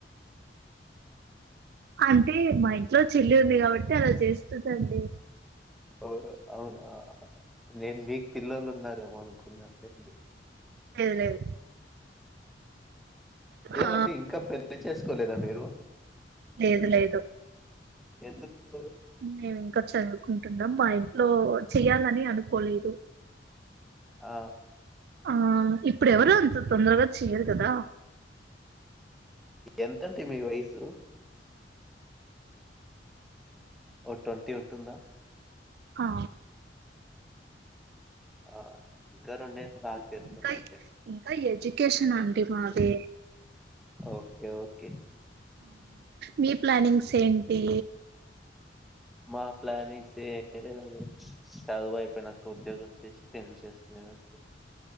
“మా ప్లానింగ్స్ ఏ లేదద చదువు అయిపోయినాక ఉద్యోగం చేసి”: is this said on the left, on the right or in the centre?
Centre